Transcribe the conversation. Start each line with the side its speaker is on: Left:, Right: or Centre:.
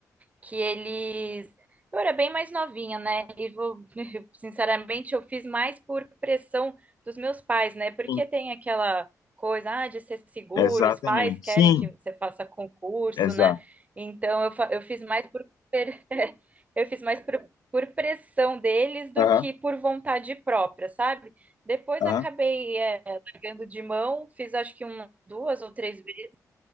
Right: que eles. Eu era bem mais novinha, né? E vou, <laughs> sinceramente, eu fiz mais por pressão dos meus pais, né? Porque
Left: sim,
Right: tem aquela coisa, ah, de ser seguro,
Left: exatamente,
Right: os pais querem
Left: sim,
Right: que você faça concurso,
Left: exato,
Right: né? Então eu, fa- eu fiz mais por per- <laughs> eu fiz mais por, por pressão deles do
Left: aham,
Right: que por vontade própria, sabe? Depois
Left: aham,
Right: acabei é, largando de mão, fiz acho que um, duas ou três vezes,